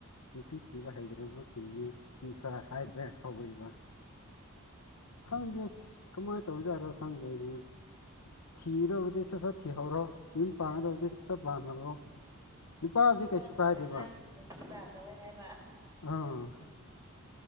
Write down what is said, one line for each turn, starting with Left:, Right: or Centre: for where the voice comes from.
Left: ꯅꯨꯄꯤ ꯊꯤꯕ ꯍꯩꯇ꯭ꯔꯕ ꯈꯨꯟꯅꯤ ꯃꯤ ꯈꯥꯔ ꯍꯥꯏꯕ ꯍꯧꯋꯤꯕ ꯈꯪꯗꯦ ꯀꯃꯥꯏ ꯇꯧꯖꯥꯔꯣ ꯈꯪꯗꯦ ꯑꯩꯖꯨ ꯊꯤꯒꯗꯧꯕꯗꯤ ꯁꯠ ꯁꯠ ꯊꯤꯍꯧꯔꯣ ꯌꯨꯝ ꯄꯥꯟꯒꯗꯧꯕꯗꯤ ꯁꯠ ꯁꯠ ꯄꯥꯟꯍꯧꯔꯣ ꯅꯨꯄꯥꯕꯨꯗꯤ
Right: ꯑꯗꯨ
Left: ꯀꯩꯁꯨ
Right: ꯅꯠꯇ꯭ꯔꯒ
Left: ꯀꯥꯏꯗꯦꯕ
Right: ꯑꯉꯥꯡꯁꯤꯡꯕꯨ ꯗꯤꯁꯇꯥꯔꯕ ꯇꯧꯋꯦ ꯍꯥꯏꯕ
Left: ꯑꯪ